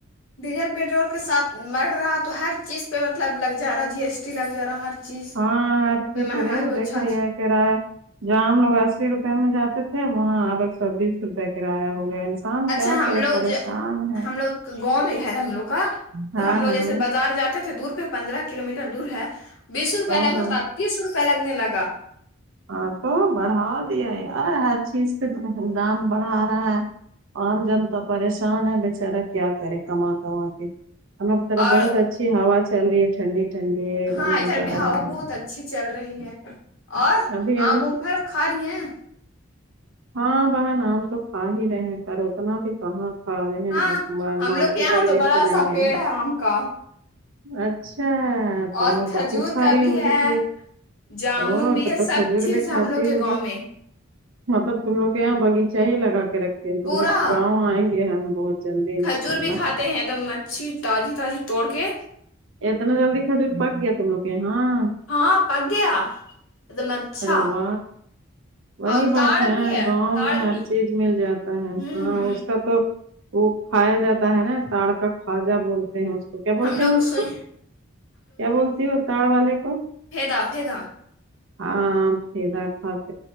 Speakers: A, on the left; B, on the right.
A: ڈیزل پیٹرول کے ساتھ مر رہا تو ہر چیز پہ مطلب لگ جا رہا ہے جی ایس ٹی لگ جا رہا ہر چیز
B: ہاں ہرسی
A: پہ
B: پھرے
A: مہنگائی ہو
B: دیکھ
A: اچھا
B: رہی ہے کرایہ جہاں ہم لوگ اسی روپے میں جاتے تھے وہاں اب ایک سو بیس روپے کرایہ ہو گیا انسان
A: اچھا
B: کیا
A: ہم
B: کرے
A: لوگ
B: پریشان ہے
A: ہم لوگ گاؤں میں گھر ہم لوگ کا
B: ہاں
A: تو ہم لوگ
B: ہاں
A: جیسے بازار جاتے تو دور پہ پندرہ کلو میٹر دور ہے بیس روپئے
B: او
A: لگتا
B: ہو
A: تو آپ تیس روپئے لگنے لگا
B: ہاں تو بڑھا دیا یار ہر چیز کے تو دام بڑھا رہا ہے عام جنتا پریشان ہے بیچارا کیا کرے کما کما کے ہمیں طرف
A: اور
B: بہت اچھی ہوا چل رہی ہے ٹھنڈی ٹھنڈی ایک دم
A: ہاں
B: مزہ
A: ادھر بھی
B: آ
A: ہوا
B: رہا ہے
A: بہت اچھی چل رہی ہے اور
B: ابھی ابھی
A: آم ام پھر کھا رہی ہیں
B: ہاں بہن آم تو کھا ہی رہے ہیں پر اتنا بھی کہاں آ ر ہے
A: ہاں
B: ہیں
A: ہم
B: مارکیٹ
A: لوگ کے یہاں
B: بڑے
A: تو
B: دن
A: بڑا
B: سے نہیں
A: سا
B: گئے
A: پیڑ
B: ہیں
A: ہے آم کا
B: اچھا تم
A: اور
B: لوگ
A: کھجور
B: تو خوب کھاری
A: کا بھی
B: ہوگی
A: ہے
B: پھر
A: جامن
B: او
A: بھی
B: تو
A: ہے
B: تو
A: سب
B: کھجور
A: چیز
B: بھی کھاتی
A: ہم لوگ کے
B: ہوگی
A: گاؤں میں
B: مطلب تم لوگ یہاں بغیچہ ہی لگا کے رکھ تم
A: پورا
B: <unintelligible> گاؤں آئیں گے ہم بہت جلدی انشاء
A: کھجور
B: اللہ
A: بھی کھاتے ہیں دم مچھھی تازی تازی توڑ کے
B: اتنا جلدی کھجور پک گیا تم لوگ کے یہاں
A: ہاں پک گیا ایک دم اچھا
B: اروو وہی
A: اور
B: بات
A: تار
B: ہے
A: بھی
B: گاؤں
A: تار
B: میں
A: بھی
B: ہر چیز مل جاتا
A: ہوں
B: ہے ہاں
A: ہوں
B: اس کا تو وہ کھایا جاتا ہے نا تڑ کا خواجہ بولتے ہیں اس تو کیا بولتے
A: ہم لوگ
B: ہیں اس
A: سن
B: کو کیا بولتی ہو ا تڑ والے کو
A: فیدا فیدا
B: ہاں پ دا ک <unintelligible>